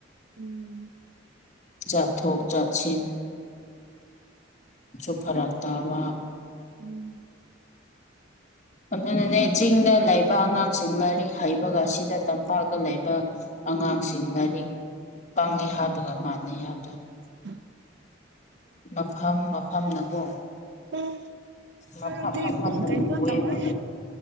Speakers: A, on the right (about 60°); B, on the left (about 40°).
A: ꯎꯝ
B: ꯆꯥ ꯊꯣꯛ ꯆꯥꯁꯤꯟ ꯁꯨꯝ ꯐꯔꯛ ꯇꯥꯕ
A: ꯎꯝ
B: ꯑꯗꯨꯅꯅꯦ ꯆꯤꯡꯗ ꯂꯩꯕ ꯑꯉꯥꯡꯁꯤꯡ ꯂꯥꯏꯔꯤꯛ ꯍꯩꯕꯒ ꯑꯁꯤꯗ ꯇꯝꯄꯥꯛꯇ ꯂꯩꯕ ꯑꯉꯥꯡꯁꯤꯡ ꯂꯥꯏꯔꯤꯛ ꯄꯥꯡꯉꯦ ꯍꯥꯏꯕꯒ ꯃꯥꯟꯅꯩ ꯍꯥꯏꯕꯗꯣ
A: ꯎ <inaudible>
B: ꯃꯐꯝ ꯃꯐꯝꯅꯀꯣ
A: ꯎ
B: ꯃꯐꯝ
A: ꯍ ꯍꯧꯗꯤ
B: ꯃꯐꯝꯅ
A: ꯀꯩꯅ
B: ꯄꯨꯑꯦꯕ
A: ꯀꯧꯣꯏ